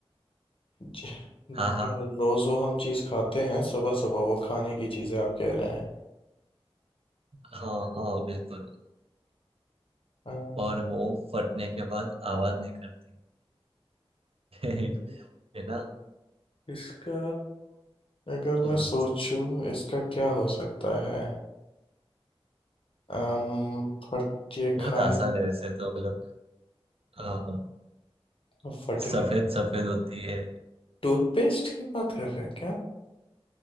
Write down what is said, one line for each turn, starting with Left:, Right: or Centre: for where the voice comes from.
Left: ज-
Right: हाँ हाँ
Left: रोज वो हम चीज खाते हैं सुबह सुबह वो खाने की चीजें आप कह रहे हैं
Right: हाँ हाँ बिल्कुल
Left: अम,
Right: और वो फटने के बाद आवाज नहीं करती <laughs> है ना
Left: इसका अगर
Right: तो
Left: मैं
Right: इस-
Left: सोचूं इसका क्या हो सकता है अम फट ये
Right: बहुत
Left: खाने
Right: आसान है वैसे तो मतलब हाँ
Left: फटने
Right: सफेद
Left: के
Right: सफेद होती है
Left: टूथपेस्ट की बात कर रहे हैं क्या